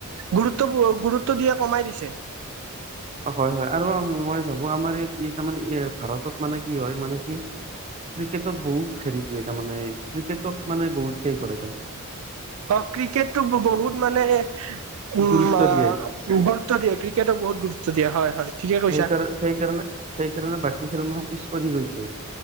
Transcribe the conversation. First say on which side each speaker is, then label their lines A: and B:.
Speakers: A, on the right; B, on the right.
A: গুৰুত্ব দিয়া কমাই দিছে।
B: অ', হয় হয় আৰু মই ভাবো আমাৰ ইয়াত কেইটামান ভাৰতত মানে কি হয় মানে কি ক্ৰিকেটত বহুত হেৰি দিয়ে তাৰমানে ক্ৰিকেটক মানে বহুত হেৰি কৰে।
A: অ', ক্ৰিকেটটো বহুত মানে উম
B: গুৰুত্ব
A: আ
B: দিয়ে
A: গুৰুত্ব দিয়ে ক্ৰিকেটক বহুত গুৰুত্ব দিয় হয় হয়। ঠিকে কৈছা
B: সেইকাৰ সেইকাৰণে সেইকাৰণে বাকী খেলসমূহৰ পিছ পৰি গৈছে।